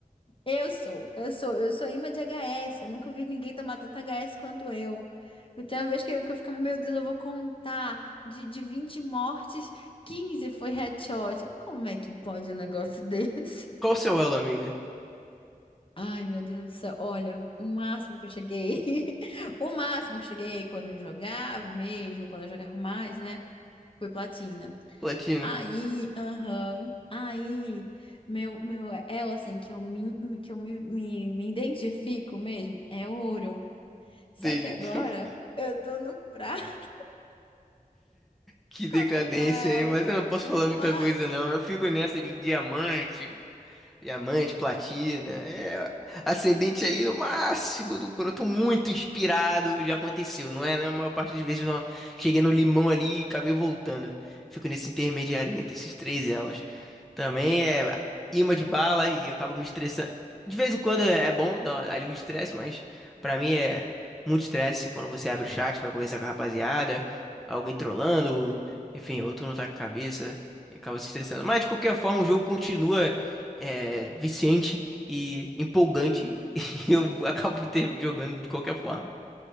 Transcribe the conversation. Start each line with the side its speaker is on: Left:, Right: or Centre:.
Left: Eu sou, eu sou, eu sou imã de HS. Eu nunca vi ninguém tomar tanto HS quanto eu. Eu tenho uma vez que eu, que eu ficava, meu Deus, eu vou contar. De, de 20 mortes, 15 foi headshot. Eu, Como é que pode um negócio <laughs> desse?
Centre: Qual o seu elo, amiga?
Left: Ai, meu Deus do céu. Olha, o máximo que eu cheguei. <laughs> O máximo que eu cheguei quando eu jogava mesmo, quando eu jogava mais, né? Foi platina.
Centre: Platina.
Left: Aí, aham, aí, meu, meu, ela assim, que eu me, que eu me, me, me identifico mesmo, é ouro. Só
Centre: Entendi.
Left: que agora
Centre: <laughs>
Left: eu tô no prato. <laughs>
Centre: Que decadência,
Left: Qual que é o teu elo?
Centre: hein? Mas eu não posso
Left: Demais.
Centre: falar muita coisa, não. Eu fico nessa de diamante. Diamante, platina, é ascendente ali no máximo, do, quando eu tô muito inspirado, já aconteceu, não é? Né? A maior parte das vezes não cheguei no limão ali e acabei voltando. Fico nesse intermediário entre esses três elos. Também é imã de bala e eu acabo me estressando. De vez em quando é bom, dar um alívio de estresse, mas pra mim é muito estresse quando você abre o chat, vai conversar com a rapaziada, alguém trollando, enfim, outro não tá com a cabeça e acaba se estressando. Mas de qualquer forma, o jogo continua é, viciante e empolgante
Left: Hum.
Centre: <laughs> e eu acabo ter jogando de qualquer forma.